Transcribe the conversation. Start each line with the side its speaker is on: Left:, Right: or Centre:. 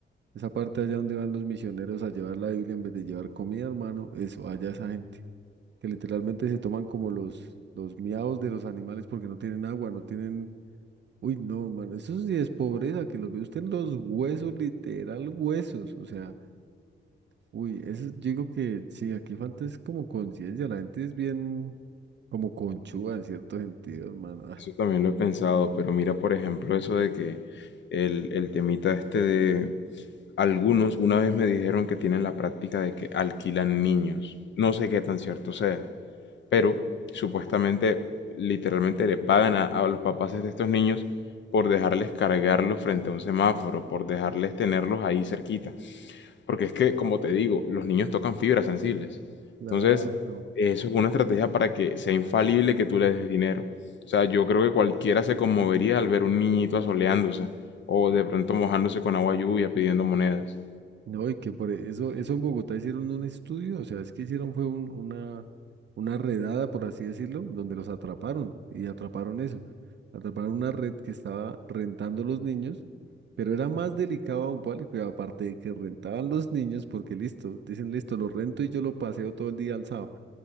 Right: esa parte allá donde van los misioneros a llevar la Biblia en vez de llevar comida, hermano, eso, allá esa gente, que literalmente se toman como los, los miados de los animales porque no tienen agua, no tienen Uy, no, man, eso sí es pobreza, que los ve usted en los huesos, literal huesos, o sea, uy, eso yo digo que sí, aquí falta es como conciencia, la gente es bien como conchúa en cierto sentido, hermano. ah.
Left: Eso también lo he pensado, pero mira, por ejemplo, eso de que el, el temita este de algunos, una vez me dijeron que tienen la práctica de que alquilan niños. No sé qué tan cierto sea, pero supuestamente, literalmente le pagan a, a los papás de estos niños por dejarles cargarlos frente a un semáforo, por dejarles tenerlos ahí cerquita. Porque es que, como te digo, los niños tocan fibras sensibles.
Right: Claro.
Left: Entonces, eso es una estrategia para que sea infalible que tú le des dinero. O sea, yo creo que cualquiera se conmovería al ver un niñito asoleándose o
Right: cla-
Left: de pronto mojándose con agua lluvia pidiendo monedas.
Right: No, y que por eso, eso en Bogotá hicieron un estudio, o sea, es que hicieron fue un- una, una redada, por así decirlo, donde los atraparon y atraparon eso. Atraparon una red que estaba rentando los niños, pero era más delicado aún, ¿vale? Cuidado, aparte de que rentaban los niños, porque listo, dicen listo, lo rento y yo lo paseo todo el día alzado.